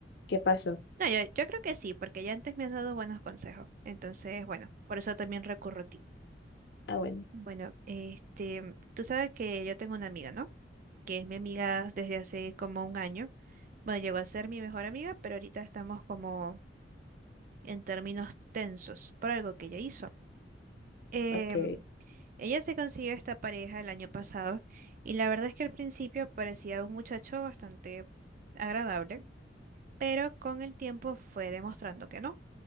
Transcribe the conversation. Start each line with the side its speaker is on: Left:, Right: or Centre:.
Left: ¿Qué pasó?
Right: No, yo, yo creo que sí, porque ya antes me has dado buenos consejos, entonces, bueno, por eso también recurro a ti.
Left: Ah, bueno.
Right: Bueno, este, tú sabes que yo tengo una amiga, ¿no? Que es mi amiga desde hace como un año. Bueno, llegó a ser mi mejor amiga, pero ahorita estamos como en términos tensos por algo que ella hizo. Em,
Left: Ok.
Right: ella se consiguió esta pareja el año pasado y la verdad es que al principio parecía un muchacho bastante agradable, pero con el tiempo fue demostrando que no.